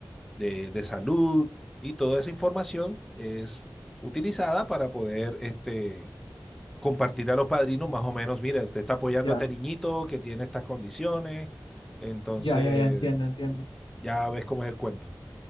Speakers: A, in the centre; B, on the left (about 80°).
A: de, de salud y toda esa información es utilizada para poder este, compartir a los padrinos más o menos, mira, usted está apoyando
B: ya,
A: a este niñito que tiene estas condiciones, entonces
B: ya, ya, ya, entiendo, entiendo.
A: ya ves cómo es el cuento.